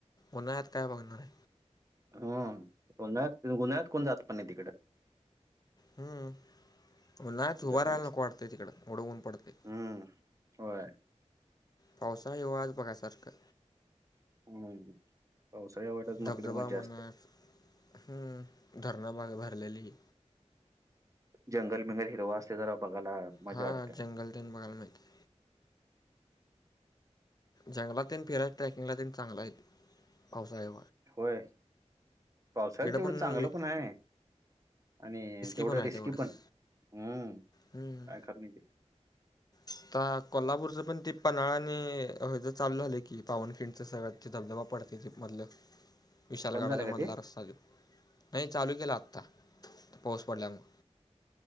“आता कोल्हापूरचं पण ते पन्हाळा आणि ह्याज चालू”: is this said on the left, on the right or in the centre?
Left